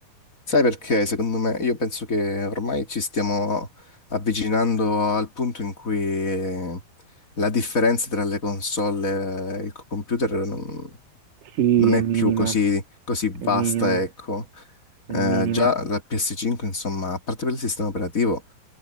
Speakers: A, on the left; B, on the right.
A: Sai perché? Secondo me, io penso che ormai ci stiamo avvicinando al punto in cui eh, la differenza tra le console e il computer non,
B: Sì,
A: non
B: è
A: è
B: minima,
A: più così, così
B: è
A: vasta,
B: minima,
A: ecco.
B: è
A: Eh,
B: minima.
A: già la PS5, insomma, a parte per il sistema operativo,